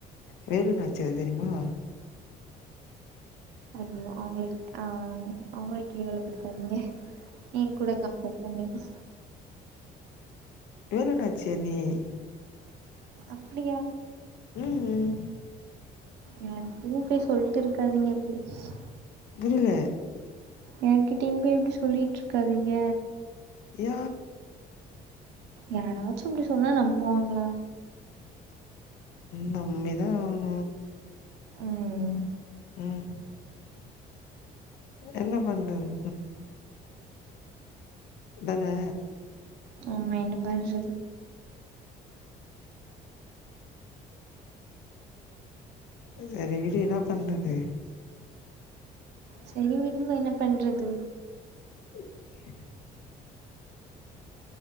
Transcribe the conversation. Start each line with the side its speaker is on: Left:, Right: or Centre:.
Left: வேலுநாச்சியார் தெரியுமா?
Right: இல்ல அவுங்களுக் ஆ, அவுங்கல கேவலப்படுத்தாதீங்க. யே கூட கம்பெர், கண்டிப்பா,
Left: வேலுநாச்சியா நீயா
Right: அப்டியாங்
Left: இல்லியே
Right: என்ன பூ பெயர் சொல்ட்டு இருக்காதீங்க <unintelligible>
Left: தில்ல
Right: யார்கிட்டயுமே அப்டி சொல்லிட்டு இருக்காதீங்க.
Left: ஏ
Right: யாராச்சும் அப்டி சொன்னா, நம்புவாங்களா?
Left: நம்பி தான் ஆகணும்.
Right: ம் ம்
Left: ம் என்ன பண்றது அதானே
Right: ஆமா என்ன பன்றது
Left: செரி விடு, என்ன பண்றது.
Right: செரி விடுங்க, என்ன பண்றது.
Left: சிரிப்பு ஒலி.